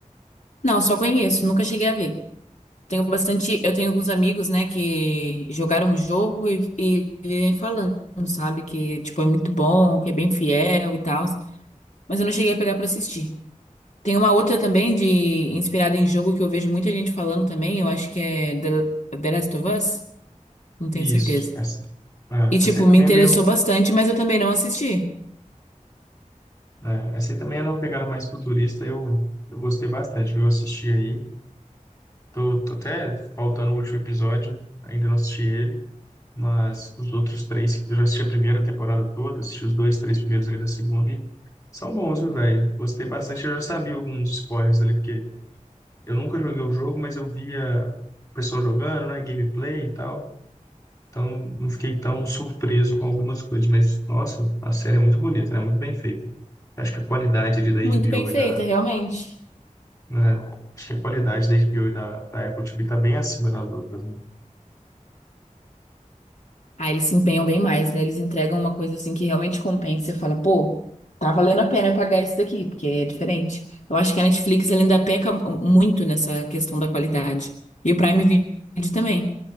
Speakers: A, on the left (about 60°); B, on the left (about 25°).
A: Não, só conheço, nunca cheguei a ver. Tenho bastante, eu tenho alguns amigos, né, que jogaram o jogo e, e, e falando, sabe, que tipo é muito bom, que é bem fiel e tal, mas eu não cheguei a pegar pra assistir. Tem uma outra também de inspirada em jogo que eu vejo muita gente falando também, eu acho que é The, The Last of Us, não tenho
B: Isso.
A: certeza.
B: Essa, é,
A: E tipo,
B: essa aí
A: me
B: também
A: interessou
B: é meio.
A: bastante, mas eu também não assisti.
B: é, essa aí também é uma pegada mais futurista. Eu, eu gostei bastante, viu? Eu assisti aí. Tô, tô até faltando o último episódio, ainda não assisti ele, mas os outros três, eu já assisti a primeira temporada toda, assisti os dois, três primeiros ali da segunda e são bons, viu, velho? Gostei bastante. Eu já sabia alguns spoilers ali, porque eu nunca joguei o jogo, mas eu via o pessoal jogando, né? Gameplay e tal. Então, não fiquei tão surpreso com algumas coisas, mas, nossa, a série é muito bonita, né? Muito bem feita. Acho que a qualidade ali da
A: Muito
B: HBO
A: bem
B: e
A: feita,
B: da,
A: realmente.
B: né? Acho que a qualidade da HBO e da, da Apple TV tá bem acima das outras, né?
A: Aí eles se empenham bem mais, né? Eles entregam uma coisa assim que realmente compensa. Você fala, pô, tá valendo a pena eu pagar isso daqui, porque é diferente. Eu acho que a Netflix ela ainda peca muito nessa questão da qualidade. E o Prime Video também.